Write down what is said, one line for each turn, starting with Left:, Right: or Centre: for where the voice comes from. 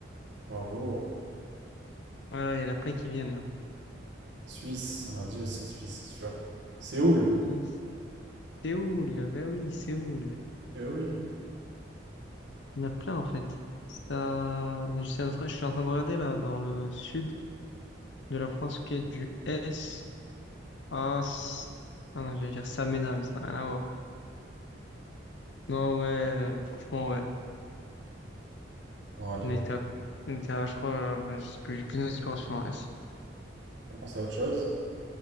Right: Bravo.
Left: Voilà, il y en a plein qui viennent là.
Right: Suisse, on l'a dit aussi, Suisse, c'est sûr. Séoul,
Left: Nice. Séoul, bah oui, Séoul.
Right: eh oui.
Left: Il y en a plein en fait. Ça... Je suis en train je suis en train de regarder là dans le sud. de la France qui est du S à... S- Ah non, j'allais dire Samena, mais ça n'a rien à voir. Non, ouais, euh, franchement, ouais.
Right: Bon, allez,
Left: On était à, on était à, je crois, là, je sais plus, j'ai plus d'inspiration en S.
Right: on passe à autre chose.